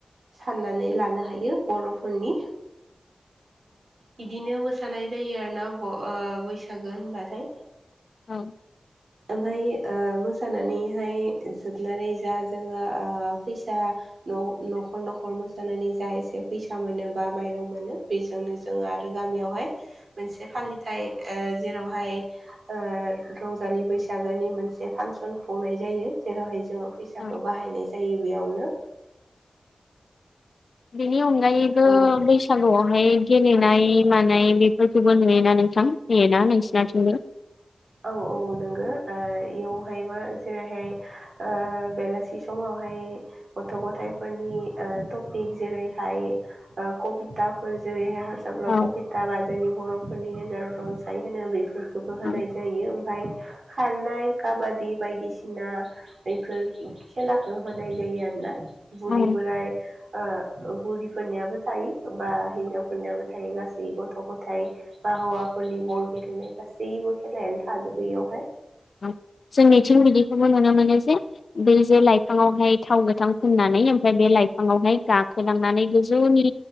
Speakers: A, on the right; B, on the left.
A: साननानै लानो हायो बर'फोरनि
B: <inaudible>
A: बिदिनो मोसानाय जायो आरोना ओ बैसागो होनबाथाय
B: औ
A: ओमफाय ओ मोसानानैहाय जोबनानै जा जोङो ओ फैसा न'खर न'खर मोसानानै जा एसे फैसा मोनोबा बा माइरं मोनो बेजोंनो जोङो आरो गामियावहाय मोनसे फालिथाय ओ जेरावहाय ओ रंजालि बैसागोनि मोनसे फांसन खुंनाय जायो जेरावह जोङो फै फिसाखौ
B: औ
A: बाहायनाय जायो बेयावनो
B: बेनि अनगायैबो
A: औ
B: बैसागुआवहाय गेलेनाय मानाय बेफोरखौबो नुयोना नोंथां होयोना नोंसिनाथिंबो
A: औ औ नोंगो ओ इयावहायबो जेरैहाय ओ बेलासि समाव हाय गथ' गथफोरनि ओ टपिक जेरैहाय ओ कप्टि जेरैहाय हारसाफोराव
B: औ
A: कबिथा बा जोंनि बर'फोरनि गेजेराव थ' रनसाय होनो बेफोरखौबो
B: औ
A: होनाय बेयो ओमफाय खारनाय काबादि बायदिसिना बेफोर खेलाखो हो नाय जायो आरोना बुरि
B: औ
A: बोराय आ ओ बुरिफोरनियाबो थायो बा हिनजावफोरनियाबो थायो गासै गथ' गथ थाय बा हौवाफोरनि बल गेलेनाय गासैबो खेलायानो थाजोबो इयावहाय
B: औ जोंनिथिं बिदिखौबो नुनो मोनो जे बै जे लाइफाङावहाय थाव गोथां फुननानै ओमफ्राय बे एलाइफाङावहाय गाखोलांनानै गोजौनि